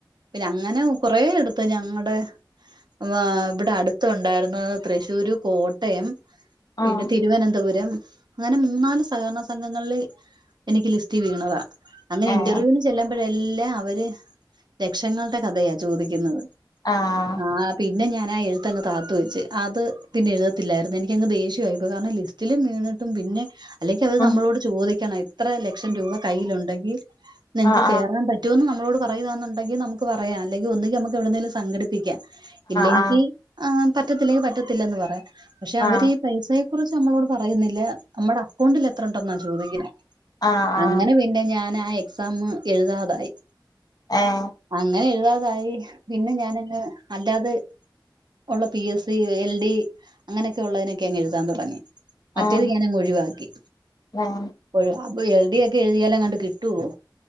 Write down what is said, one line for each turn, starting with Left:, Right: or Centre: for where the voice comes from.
Right: അങ്ങനെ കൊറെ എടുത്ത് ഞങ്ങളടെ വാ ഇവടെ അടുത്ത ഉണ്ടായിരുന്നത് തൃശ്ശൂര്, കോട്ടയം പിന്നെ
Left: ഉം
Right: തിരുവനന്തപുരം അങ്ങനെ മൂന്നാല് സഹകരണ സംഘങ്ങളില് എനിക്ക് ലിസ്റ്റ് വീണതാ. അങ്ങനെ
Left: ഏഹ്
Right: ഇന്റർവ്യൂന് ചെല്ലുമ്പഴെല്ലാം അവര് ലക്ഷങ്ങളുടെ കഥയാ ചോദിക്കുന്നത്
Left: ആഹ്
Right: ആഹ് പിന്നെ ഞാൻ ആ എഴുത്ത്ങ്ങ് താത്തു വെച്ച്. അത് പിന്നെ എഴുതത്തില്ലായിരുന്നു. എനിക്കങ്ങ് ദേഷ്യവായി ഇപ്പ കാരണം ലി റ്റില് മീണിട്ടും പിന്നെ ക്കത്
Left: ഉം
Right: നമ്മളോട് ചോദിക്കണം ഇത്ര ലക്ഷം രൂപ കയ്ലുണ്ടെങ്കി നിങ്ങക്ക്
Left: ആഹ്
Right: കേറാൻ
Left: ആഹ്
Right: പ റ്റൂന്ന് നമ്മളോട് പറയുവാന്നുണ്ടെങ്കി നമുക്ക് പറയാ. അല്ലെങ്കി ഒന്നുങ്കി നമുക്ക് എവിടുന്നേലും സംഘടിപ്പിക്കാ. ഇല്ലെങ്കി
Left: ആഹ്
Right: ആഹ് പറ്റത്തില്ലെങ്കി പറ്റത്തില്ലന്ന് പറയാ പക്ഷേ അവര്
Left: ആഹ്
Right: പൈസയെ കുറിച്ച് നമ്മളോട് പറയുന്നില്ല. നമ്മടെ അക്കൗണ്ടിൽ എത്ര ഉണ്ടന്നാ ചോദിക്കണേ
Left: ആഹ് ആഹ് ആഹ്
Right: അങ്ങനെ പിന്നെ ഞാനാ എക്സാമ് എഴുതാതായി
Left: ആഹ്
Right: അങ്ങനെ എഴുതാതായി പിന്നെ ഞാനങ്ങ് അല്ലാത് ഉള്ള P S C, L D അങ്ങനെയൊക്കെ ഉള്ളതിനൊക്കെ അങ്ങ് എഴുതാൻ തൊടങ്ങി മറ്റേത്
Left: ഉം
Right: ഞാനങ്ങ് ഒഴിവാക്കി
Left: ഏഹ്
Right: അപ്പോഴ് എൽ ഡി ഒക്കെ എഴുതിയാല് അങ്ങട് കിട്ടുവോ